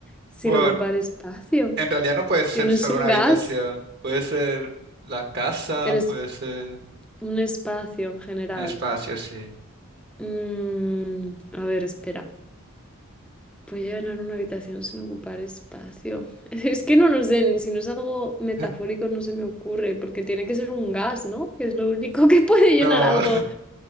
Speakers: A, in the centre; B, on the right (about 45°).
A: sin
B: Bueno,
A: ocupar espacio.
B: en realidad no puede ser
A: Si no
B: solo
A: es un
B: una
A: gas,
B: habitación. Puede ser la casa,
A: el es
B: puede ser
A: un espacio en general.
B: un espacio, sí.
A: Mm, a ver, espera. ¿Puedo llenar una habitación sin ocupar espacio? <laughs> Es que no lo sé, ni si no es algo metafórico
B: <laughs>
A: no se me ocurre, porque tiene que ser un gas, ¿no? Que es lo único <laughs> que puede
B: No.
A: llenar algo.